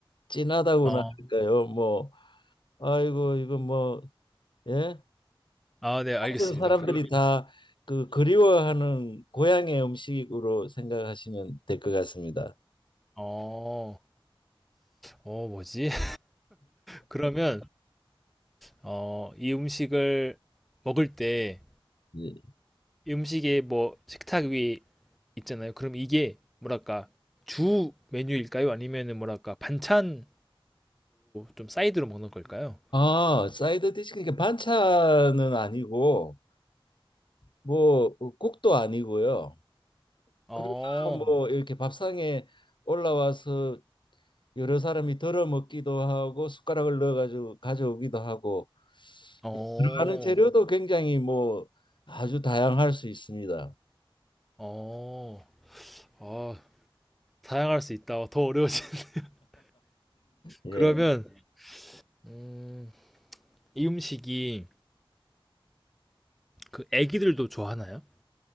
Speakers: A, on the left; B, in the centre.
A: 진하다고나
B: 어.
A: 할까요? 뭐 아이고 이거 뭐 예?
B: 아, 네, 알겠습니다.
A: 같은 사람들이
B: 그러면
A: 다 그 그리워하는 고향의 음식으로 생각하시면 될 것 같습니다.
B: 어. 어, 뭐지? <laughs> 그러면 어, 이 음식을 먹을 때
A: 예.
B: 음식에 뭐 식탁 위에 있잖아요. 그럼 이게 뭐랄까 주 메뉴일까요? 아니면은 뭐랄까 반찬으로 좀 사이드로 먹는 걸까요?
A: 아, 사이드 디시 그러니까 반찬은 아니고 뭐 어, 국도 아니고요.
B: 어,
A: 그러나 뭐 이렇게 밥상에 올라와서 여러 사람이 덜어 먹기도 하고 숟가락을 넣어가지고 가져오기도 하고
B: 어,
A: 예, 들어가는 재료도 굉장히 뭐 아주 다양할 수 있습니다.
B: 어, 아, 다양할 수 있다. 더 어려워요 <laughs>
A: 예.
B: 그러면 음, 이 음식이 그 애기들도 좋아하나요?